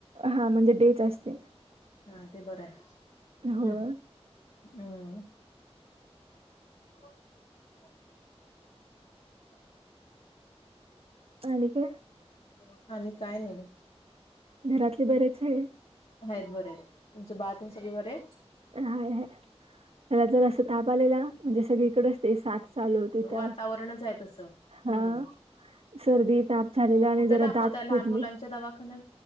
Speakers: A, on the right; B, on the left.
A: हा म्हणजे डेच असते
B: हा ते बरं आहे
A: होय
B: हम्म <unintelligible>
A: आणिख काय?
B: आणि आणि काय नाही.
A: घरातले बरेच आहे.
B: ह आहेत बर आहेत तुमचं बातम सगळे बरे आहेत.
A: हाय हय त्याला जर असं ताप आलेला म्हणजे सगळी इकडचते सात- चालू होत ते
B: वातावरणच आहे तसं हम्म
A: हा सर्दी ताप
B: मग
A: झालेला आणि
B: कुठे
A: जरा
B: दाखवताय
A: दात
B: लहान
A: फिटल
B: मुलांच्या दवाखान्यात?